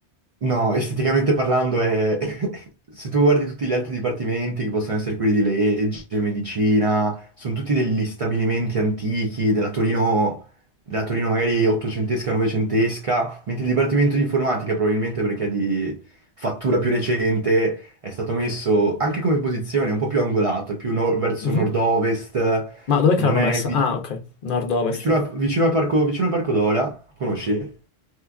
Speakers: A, on the right (about 65°); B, on the left (about 60°).
A: No, esteticamente parlando, è... <laughs> se tu guardi tutti gli altri dipartimenti, che possono essere quelli di legge, medicina, sono tutti degli stabilimenti antichi della Torino, della Torino magari ottocentesca, novecentesca, mentre il dipartimento di informatica, probabilmente perché è di fattura più recente, è stato messo anche come posizione un po' più angolato, è più nor- verso
B: Mhm.
A: nord-ovest,
B: Ma dov'è
A: non
B: che l'hanno
A: è
B: messa?
A: vi-
B: Ah, ok, nord-ovest.
A: vicino, a- vicino al parco, vicino al parco Dola, conosci?